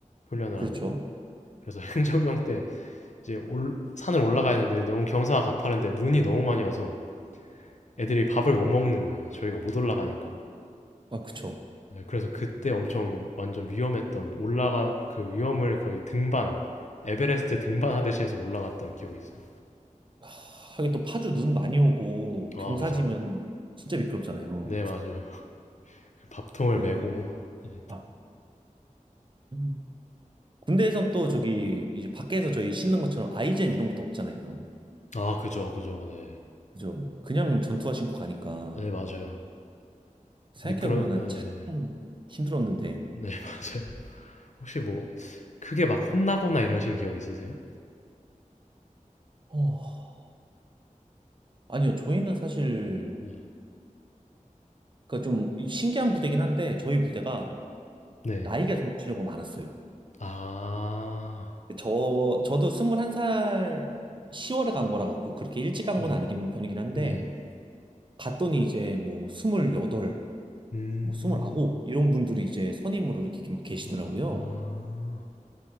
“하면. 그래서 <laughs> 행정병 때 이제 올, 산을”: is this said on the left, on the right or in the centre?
Left